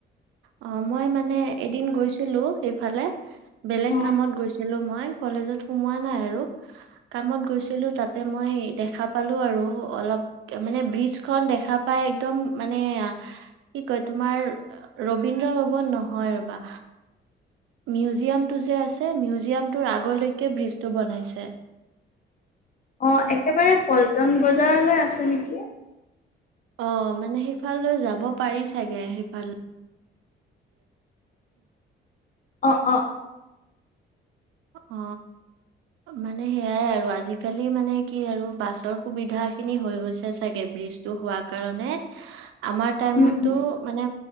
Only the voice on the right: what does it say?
অ মই মানে এদিন গৈছিলোঁ সেইফালে বেলেগ
কামত গৈছিলো মই কলেজত সোমোৱা নাই আৰু কামত গৈছিলো তাতে মই দেখা পালো আৰু অলপ মানে ব্ৰিজ খ দেখা পাই একদম মানে কি কয় তোমাৰ ৰবীন্দ্ৰ ভৱন নহয় ৰবা মিউজিয়ামটো যে আছে মিউজিয়ামটোৰ আগলৈকে ব্ৰিজটো বনাইছে
অ মানে সেইফাললৈ যাব পাৰি চাগে সেইফাল
অ মানে সেইয়াই আৰু আজিকালি মানে কি আৰু বাছৰ সুবিধা খিনি হৈ গৈছে চাগে ব্ৰিজটো হোৱা কাৰণে আমাৰ টাইমতটো
মানে